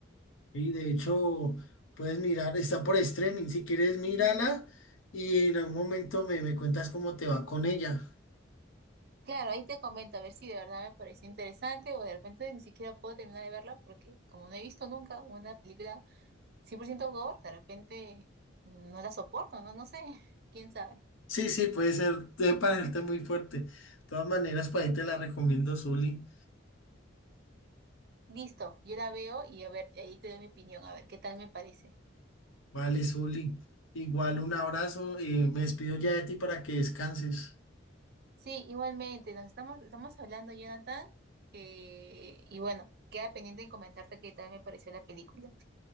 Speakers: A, on the left; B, on the right.
A: Y de hecho, puedes mirar, está por streaming. Si quieres, mírala y en algún momento me, me cuentas cómo te va con ella.
B: Claro, ahí te comento a ver si de verdad me pareció interesante o de repente ni siquiera puedo terminar de verla porque como no he visto nunca una película 100% gore, de repente no la soporto, ¿no? No sé, <laughs> quién sabe.
A: Sí, sí, puede ser, debe parecerte muy fuerte. De todas maneras, para ahí te la recomiendo, Zuli.
B: Listo, yo la veo y a ver, ahí te doy mi opinión, a ver qué tal me parece.
A: Vale, Zuli. Igual un abrazo y me despido ya de ti para que descanses.
B: Sí, igualmente, nos estamos, estamos hablando, Jonathan, eh, y bueno, queda pendiente en comentarte qué tal me pareció la película.